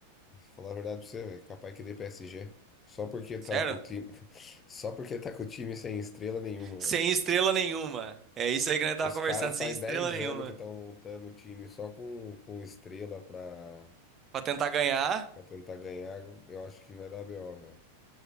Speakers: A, on the left; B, on the right.
A: falar a verdade pra você, velho, capaz que dê PSG. Só porque tá
B: Sério?
A: com o time, <laughs> só porque tá com o time sem estrela nenhuma,
B: Sem
A: velho.
B: estrela nenhuma. É isso aí que nós tava
A: Os
B: conversando,
A: caras
B: sem
A: faz
B: estrela
A: 10
B: nenhuma.
A: anos que estão montando o time só com, com estrela pra,
B: Pra tentar ganhar...
A: pra tentar ganhar. Eu acho que vai dar BO, velho.